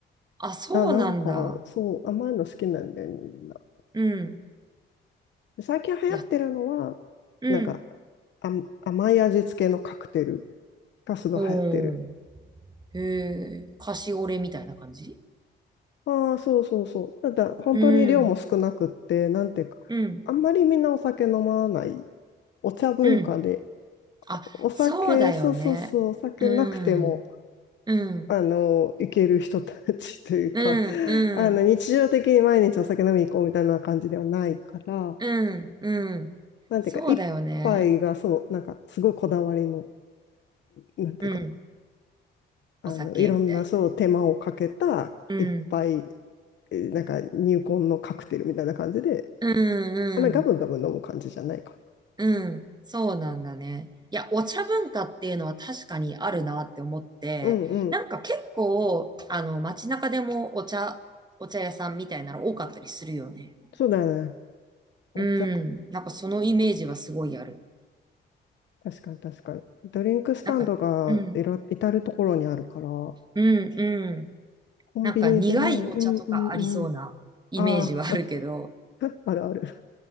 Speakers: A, on the right; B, on the left.
A: あ、そうなんだ。
B: あ、なんか、そう、甘いの好きなんだよね、みんな。
A: うん。
B: 最近流行ってるのは、
A: いや、うん。
B: なんか、あ、甘い味付けのカクテルがすごい流行ってる。
A: おー。へえ、カシオレみたいな感じ
B: ああ、そうそうそう。ただ、本当に量も少なくって、
A: うん。
B: なんていうか、
A: うん。
B: あんまりみんなお酒飲まない。お茶文化で、
A: うん。あ、
B: お酒、
A: そうだよね。
B: そうそうそう、お酒なくても、
A: うん。うん。
B: あの、行ける人たちというか、
A: うん。
B: <laughs>
A: うん。
B: あの、日常的に毎日お酒飲みに行こうみたいな感じではないから、
A: うん、うん。
B: なんていうか、
A: そうだよね。
B: 一杯がそう、なんか、すごいこだわりの、なんていうか、
A: うん。
B: あの、
A: お酒みたい
B: いろんな、そう、手間をかけた一杯、
A: な。うん、
B: なんか、入魂のカクテルみたいな感じで、
A: う
B: あんまりガブガブ飲む感じじゃないか
A: ん、うん、うん。そうなんだね。いや、お茶文化っていうのは確かにあるなって思って、
B: も。うんうん。
A: なんか結構、あの、街中でもお茶、お茶屋さんみたいなの多かったりするよね。
B: そうだよね。お茶、
A: うん。なんかそのイメージはすごいある。
B: 確かに確かに。ドリンクスタンドがいろ、
A: なんか、うん、
B: 至るところにあるから、コ
A: うん、うん。
B: ンビニでね、
A: なんか苦いお茶とかありそうなイメージはあるけど、
B: うんうんうん。ああ、<laughs> あるある。